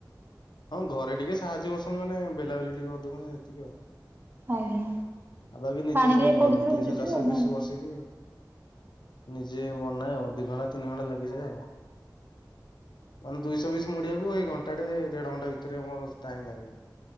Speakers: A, on the left; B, on the right.
A: ହଁ ଘରେ ଟିକେ ସାହାଯ୍ୟ କରୁଛନ୍ତି ମାନେ ବେଲା ବୁଲି ଟିକେ କରିଦଉଛନ୍ତି ସେତିକି ଆଉ।
B: ଆଜ୍ଞା
A: ଆଉ ବାକି ନିଜେ
B: ପାଣିରେ
A: ସବୁ ମୁଁ
B: ପଡୁଥିବ
A: ମୋଡେ ତିନିଶହ
B: ଉଠୁଥିବ
A: ଚାରିଶହ
B: ଆଉ ନାଇଁ
A: ପିସ୍ ବସିକି ନିଜେ ବନାଏ ଆଉ ଦି ଘଣ୍ଟା ତିନି ଘଣ୍ଟା ଲାଗିଯାଏ ଆଉ। ମାନେ ଦୁଇଶହ ପିସ୍ ମୋଡିିବାକୁ ଏଇ ଘଣ୍ଟା ଟେ ଦେଢ ଘଣ୍ଟା ଭିତରେ ମୋ ଟାଇମ୍ ଲାଗେ।